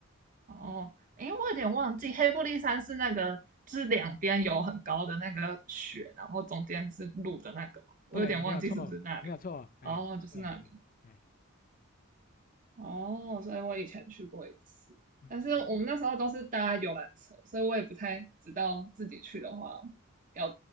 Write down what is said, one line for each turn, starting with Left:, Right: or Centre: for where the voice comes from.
Right: 哦，诶，我有点忘记，黑布利山是那个，就是两边有很高的那个雪，然后中间是路的那个嘛，我有点忘记是不是那里了哦，
Left: 对，没有错，没有错，哎，
Right: 就是那里。
Left: 对，嗯，哎，
Right: 哦，所以我以前去过一次，
Left: 嗯嗯，
Right: 但是我们那时候都是搭游览车，所以我也不太知道自己去的话要，